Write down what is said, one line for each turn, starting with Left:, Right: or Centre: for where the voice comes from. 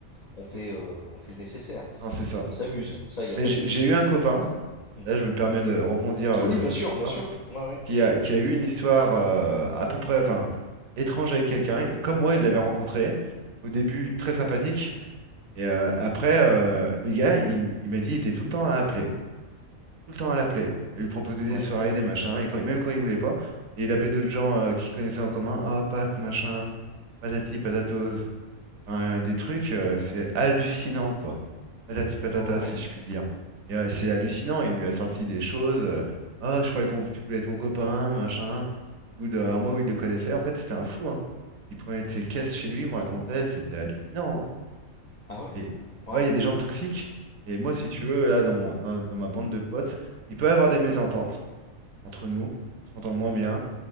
Left: on fait, euh, on fait le nécessaire.
Right: Non, c'est ça.
Left: On s'amuse. Ça, il n'y
Right: Mais
Left: a pas
Right: j'ai
Left: de souci.
Right: j'ai eu un copain,
Left: Mhm.
Right: là, je me permets de rebondir euh,
Left: Oui,
Right: sur
Left: bien
Right: cette
Left: sûr,
Right: histoire,
Left: bien sûr. Ouais, ouais.
Right: qui a, qui a eu une histoire euh, à peu près, enfin, étrange avec quelqu'un. Et Comme moi, il l'avait rencontré. Au début, très sympathique. Et euh, après, euh, le gars, il, m- il m'a dit, il était tout le temps à appeler. tout le temps à l'appeler, à lui proposer
Left: Ouais.
Right: des soirées, des machins, et quand, même quand il voulait pas. Et il appelait d'autres gens euh, qu'il connaissait en commun, oh Pat, machin, patati patatose. Enfin, euh, des trucs, euh, c'est hallucinant, quoi. Patati patata,
Left: Oh, Ouais.
Right: si je puis dire. Et euh, c'est hallucinant, il lui a sorti des choses. euh, Ah, je croyais qu'on tu voulais être mon copain, machin. Au bout d'un mois où il le connaissait, en fait, c'était un fou, hein. Il prenait de ses caisses chez lui, il me racontait, c'était hallucinant. hein.
Left: Ah ouais.
Right: Et
Left: Waouh.
Right: ah ouais, il y a des gens toxiques. Et moi, si tu veux, là, dans mon, dans dans ma bande de potes, il peut y avoir des mésententes entre nous. On s'entend moins
Left: Mhm.
Right: bien,